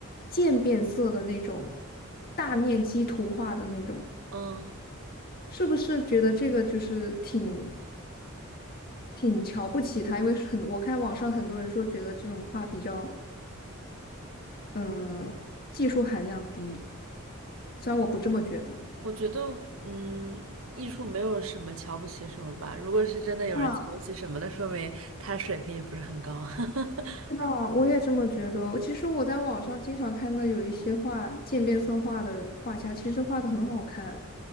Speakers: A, on the left; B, on the right.
A: 渐变色的那种大面积图画的那种，
B: 嗯，
A: 是不是觉得这个就是挺挺瞧不起它？因为很，我看网上很多人说觉得这种画比较，嗯，技术含量低，虽然我不这么觉得。
B: 我觉得，嗯，艺术没有什么瞧不起什么吧。如果是真的有人瞧不起什么，
A: 啊。
B: 那说明他水平也不是很高。<laughs>
A: 是吧？我也这么觉得。其实我在网上经常看到有一些画渐变色画的人画家，其实画的很好看。